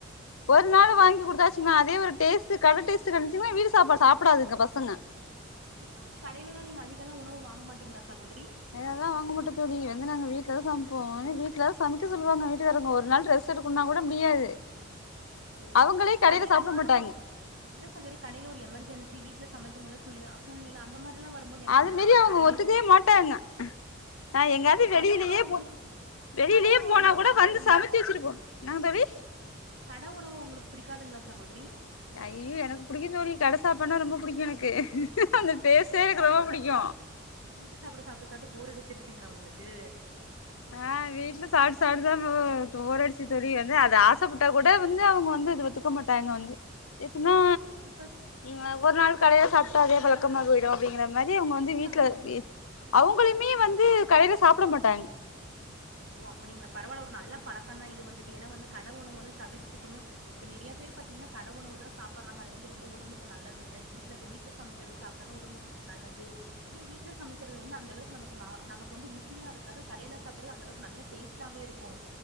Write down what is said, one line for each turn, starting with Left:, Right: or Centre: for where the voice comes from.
Left: ஒரு நாள் வாங்கி குடுத்தாச்சின்னா அதே ஒரு டேஸ்ட் கடை டேஸ்ட் கிடைச்சுன்னா வீட்டு சாப்பாட சாப்டாதுங்க பசங்க
Right: நீங்க வந்து கடைலல்லா நீங்க அதிகெல்லா உணவு வாங்க மாட்டீங்களா சகோதரி
Left: அதெல்லா வாங்க மாட்டோ தோழி வந்து நாங்க வீட்டுல தா சமைப்போ ஆனா வீட்டுல சமைக்க சொல்லுவாங்க வீட்டுக்கராங்க ஒரு நாள் ரெஸ் வெச்சுட்ருக்கனுன்னா கூட முடியாது
Right: ஓ
Left: அவங்களே
Right: ஏ
Left: கடையில
Right: கடைல
Left: சாப்ட
Right: ஏதாவது
Left: மாட்டாங்க
Right: ஒரு இல்ல சகோதரி கடைல ஒரு எமர்ஜென்சி வீட்ல சமைக்முல்ல சொல்லி சூழ்நில அந்த மாரிலா வரும்போது என்ன
Left: அது
Right: பண்ணுவாங்க
Left: மீரி அவுங்க
Right: கடையிலயே
Left: ஒத்துக்கவே மாட்டாங்க ஆ எங்காது
Right: ஏன் இப்டி
Left: வெளிளயே
Right: கட உணவு உங்களுக்கு
Left: போ வெளிளயே
Right: கட உணவு
Left: போனா
Right: உங்களுக்கு
Left: கூட
Right: பிடிக்காதுங்களா
Left: வந்து சமைச்சு வெச்ட்டுபோ இன்னா தோளி
Right: கட உணவு உங்களுக்கு பிடிக்காதுங்களா சகோதரி
Left: ஐஐயோ எனக்கு புடிக்கு தோழி கட சாப்பாடுனா ரொம்ப பிடிக்கு எனக்கு அந்த டேஸ்டே
Right: வீட்டு
Left: எனக்கு
Right: சாப்பாடு
Left: ரொம்ப புடிக்கு
Right: சாப்ட்டு சா வீட்டு சாப்பாடு சாப்ட்டு சாப்ட்டு போர் அடிச்சிருச்சுங்களா உங்களுக்கு
Left: ஆ வீட்டுல சாப்ட்டு சாப்ட்டு சாப்ட்டு போர்ரடிச்சி தோழி வந்து அத ஆசைப்பட்டா கூட வந்து அவங்க வந்து இது ஒத்து க்க மாட்டாங்க வந்து எப்பின்னா
Right: ஓ இப்ப
Left: நீங்க ஒவ்வொரு நாள்
Right: இப்ப
Left: கடைல
Right: சப்போஸ்
Left: சாப்ட்டா
Right: நீங்க
Left: அதே
Right: எங்கேயாவது
Left: பழக்கமா போயிடு அப்டிங்கறமாரி அவங்க வந்து
Right: இல்ல
Left: வீட்ல
Right: சகோதரி
Left: வி அவங்களுமே
Right: ஆமா
Left: வந்து கடையில சாப்ட மாட்டாங்
Right: ஓ அப்டிங்களா பரவால்ல ஒரு நல்ல பழக்கந்தா இது வந்துட்டு ஏன்னா வந்து கட உணவ வந்து தவிர்ச்சுக்கணு இப்ப நெறியா பேரு பாத்தீங்கன்னா கட உணவுதா சாப்படறாங்க அது வந்து ரொம்ப உம்புக்கு நல்லது இல்ல வீட்ல அது வீட்ல சமைக்கறது சாப்ட்டாதா உடம்புக்கு நல்லது ஏன்னா வீட்ல சமைக்கறது வந்து அந்த அளவுக்கு நமக்கு நா நமக்கு வந்து ருசியா இருக்காது கடையில சாப்பட்றது அந்த அளவ்க் நல்ல டேஸ்டாவே இருக்கு